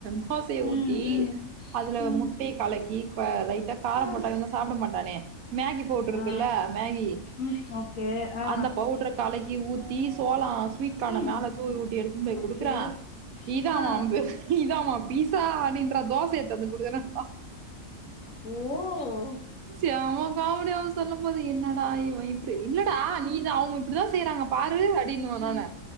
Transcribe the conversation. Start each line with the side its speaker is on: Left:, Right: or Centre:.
Right: தோசய
Left: ம்
Right: ஊத்தி
Left: ம்
Right: அதுல
Left: ம்
Right: முட்டைய கலக்கி க லைட்டா காரம்
Left: ஆ
Right: போட்டாங்கன்னா சாப்ட மாட்டானே மேகி பவுட்ரு இருக்குல்ல
Left: ஆ
Right: மேகி
Left: ம் ஓகே ஆ
Right: அந்த பவுட்ரு கலகி ஊத்தி சோளா ஸ்வீட்கான
Left: ம்
Right: மேல தூ ஊட்டி எடுத்துன்னு போய்
Left: ஓகே
Right: குடுக்குறா இதா
Left: ஆ
Right: அம்பு இதாமா பீஸா அடின்ற தோசய எடுதந்து குடுக்குற தா
Left: ஓ
Right: ச்சு அவ காமடிய அவ சொல்லும் போது என்னடா இவ இப்டி இல்லடா நீதா அவங்க இப்டிதா செய்யறாங்க பாரு அடின்னுவ நொன
Left: ம்